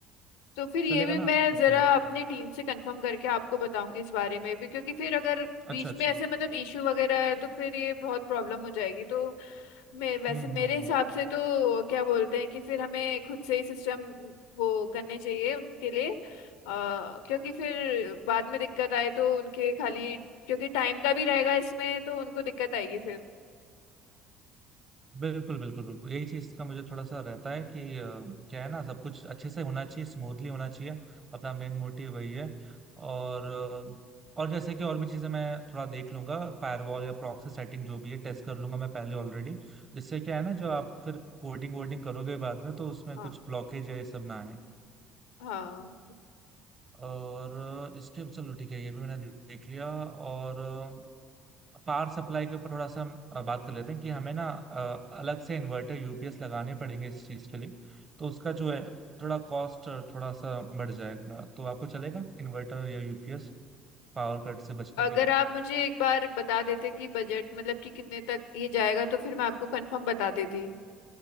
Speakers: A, on the left; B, on the right.
A: तो फिर ये
B: चलेगा
A: भी
B: ना
A: मैं
B: आपको
A: जरा
B: ये
A: अपनी टीम से कंफर्म करके आपको बताऊंगी इस बारे में भी क्योंकि फिर अगर
B: अच्छा
A: बीच
B: अच्छा
A: में ऐसे मतलब इशू वगैरह है तो फिर ये बहुत प्रॉब्लम हो जाएगी तो मैं वैसे
B: हम्म
A: मेरे
B: हम्म हम्म
A: हिसाब से तो क्या बोलते हैं कि फिर हमें खुद से ही सिस्टम वो करने चाहिए उनके लिए आ, क्योंकि फिर बाद में दिक्कत आए तो उनके खाली क्योंकि टाइम का भी रहेगा इसमें तो उनको दिक्कत आएगी फिर
B: बिल्कुल बिल्कुल बिल्कुल यही चीज का मुझे थोड़ा सा रहता है कि अ, क्या है ना सब कुछ अच्छे से होना चाहिए स्मूथली होना चाहिए अपना मेन मोटिव वही है और अ, और जैसे कि और भी चीजें मैं थोड़ा देख लूंगा फायरवॉल या प्रॉक्सी सेटिंग जो भी है टेस्ट कर लूंगा मैं पहले ऑलरेडी जिससे क्या है ना जो आप फिर कोडिंग वोडिंग करोगे बाद में तो उसमें
A: हाँ
B: कुछ ब्लॉकेज है ये सब ना आए
A: हाँ
B: और इसके चलो ठीक है ये भी मैंने दे- देख लिया और अ, पावर सप्लाई के ऊपर थोड़ा सा हम अ, बात कर लेते हैं कि हमें ना अ, अलग से इन्वर्टर यूपीएस लगाने पड़ेंगे इस चीज के लिए तो उसका जो है थोड़ा कॉस्ट थोड़ा सा बढ़ जाएगा तो आपको चलेगा इन्वर्टर या यूपीएस पावर कट से बचने
A: अगर
B: के लिए?
A: आप मुझे एक बार बता देते कि बजट मतलब कि कितने तक ये जाएगा तो फिर मैं आपको कंफर्म बता देती